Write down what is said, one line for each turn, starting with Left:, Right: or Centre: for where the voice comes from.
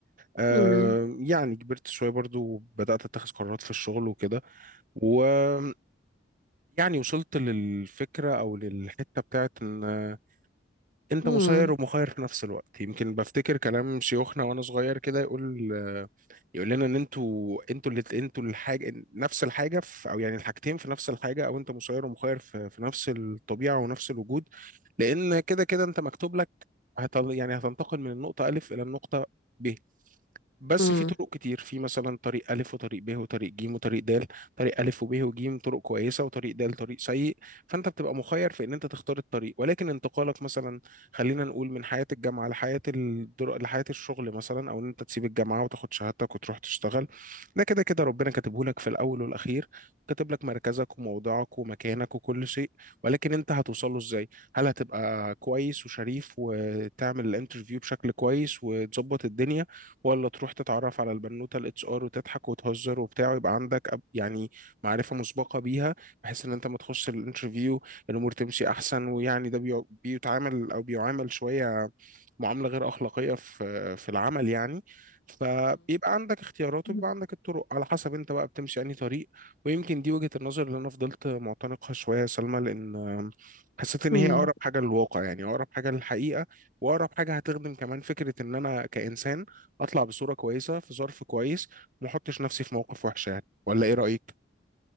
Right: آه،
Left: مم.
Right: يعني كبرت شوية برضو وبدأت أتخذ قرارات في الشغل وكده ويعني وصلت للفكرة أو للحتة بتاعت إن آه، أنت
Left: مم.
Right: مسير ومخير في نفس الوقت يمكن بفتكر كلام شيوخنا وأنا صغير كده يقول يقول لنا ان انتوا انتوا اللي انتوا الحاجه نفس الحاجه في او يعني الحاجتين في نفس الحاجه او انت مسير ومخير في, في نفس الطبيعه ونفس الوجود لأن كده كده أنت مكتوب لك هتل... يعني هتنتقل من النقطة ألف إلى النقطة ب بس
Left: مم.
Right: في طرق كتير في مثلا طريق ألف وطريق ب وطريق ج وطريق د طريق ألف وب وج طرق كويسة وطريق د طريق سيء فأنت بتبقى مخير في إن أنت تختار الطريق ولكن انتقالك مثلا خلينا نقول من حياة الجامعة لحياة الدر... لحياة الشغل مثلا أو إن أنت تسيب الجامعة وتاخد شهادتك وتروح تشتغل ده كده كده ربنا كاتبه لك في الأول والأخير كاتب لك مركزك وموضعك ومكانك وكل شيء ولكن أنت هتوصله إزاي هل هتبقى كويس وشريف وتعمل الانترفيو بشكل كويس وتظبط الدنيا ولا تروح تتعرف على البنوته الاتش ار وتضحك وتهزر وبتاع ويبقى عندك أب- يعني معرفه مسبقه بيها بحيث ان انت ما تخش الانترفيو الامور تمشي احسن ويعني ده بيع- بيتعامل او بيعامل شويه معامله غير اخلاقيه في في العمل يعني فبيبقى عندك اختيارات
Left: مم.
Right: وبيبقى عندك الطرق على حسب انت بقى بتمشي انهي طريق ويمكن دي وجهة النظر اللي انا فضلت معتنقها شويه يا سلمى لان آم، حسيت ان
Left: مم.
Right: هي اقرب حاجه للواقع يعني اقرب حاجه للحقيقه واقرب حاجه هتخدم كمان فكره ان انا كانسان اطلع بصوره كويسه في ظرف كويس وما احطش نفسي في موقف وحش يعني ولا ايه رايك